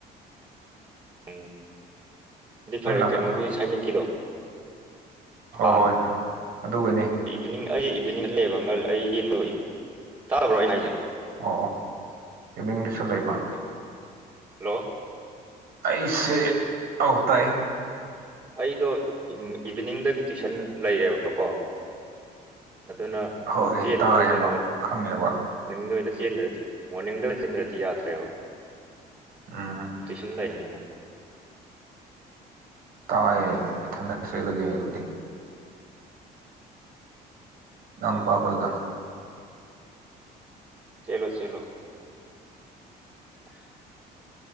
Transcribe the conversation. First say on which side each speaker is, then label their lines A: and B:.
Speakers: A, on the right (about 25°); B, on the right (about 65°).
A: ꯎꯝ ꯗꯨꯗꯤ
B: ꯍꯣꯔꯦꯟ
A: ꯐꯔꯦ
B: ꯂꯥꯛꯀꯗ꯭ꯔꯣ
A: ꯀꯩꯅꯣꯒꯤ ꯁꯥꯏꯅꯤꯛꯀꯤꯗꯣ
B: ꯍꯣꯏ
A: ꯂꯥ <unintelligible>
B: ꯍꯣꯏ ꯑꯗꯨꯒꯅꯤ
A: ꯏꯚꯤꯅꯤꯡ ꯑꯩ ꯏꯚꯤꯅꯤꯡꯗ ꯂꯩꯌꯦꯕ ꯉ ꯑꯩ <unintelligible> ꯇꯥꯗꯕ꯭ꯔꯣ ꯑꯩꯅ ꯍꯥꯏꯁꯦ
B: ꯑꯣ ꯑꯣ ꯏꯃꯤꯡꯗ ꯁꯨ ꯂꯩꯕ
A: ꯍꯜꯂꯣ
B: ꯑꯩꯁꯦ ꯑꯧ ꯇꯥꯏꯌꯦ
A: ꯑꯩꯗꯣ <inaudible> ꯏꯚꯤꯅꯤꯡꯗꯒꯤ ꯇꯨꯏꯁꯟ ꯂꯩꯔꯦꯕꯀꯣ ꯑꯗꯨꯅ
B: ꯍꯣꯏ
A: ꯆꯦꯟꯕꯁꯦ
B: ꯇꯥꯔꯦꯕ
A: ꯃꯣꯔꯅꯤꯡ
B: ꯈꯪꯉꯦꯕ
A: ꯃꯣꯔꯅꯤꯡꯗ ꯑꯣꯏꯅ ꯆꯠ ꯆꯦꯟꯗ꯭ꯔꯗꯤ ꯃꯣꯔꯅꯤꯡꯗ ꯆꯤꯟꯗ꯭ꯔꯗꯤ ꯌꯥꯗ꯭ꯔꯦꯕ
B: ꯎꯝ
A: ꯇꯨꯏꯁꯟ ꯂꯩꯕꯅꯤꯅ
B: ꯇꯥꯏꯌꯦ ꯏꯊꯥꯟ ꯆꯦꯜꯂꯒꯦ ꯑꯗꯨꯗꯤ ꯏꯅꯥꯎ ꯅꯨꯄꯥ ꯈꯣꯏꯒ
A: ꯆꯦꯜꯂꯣ ꯆꯦꯜꯂꯣ <inaudible>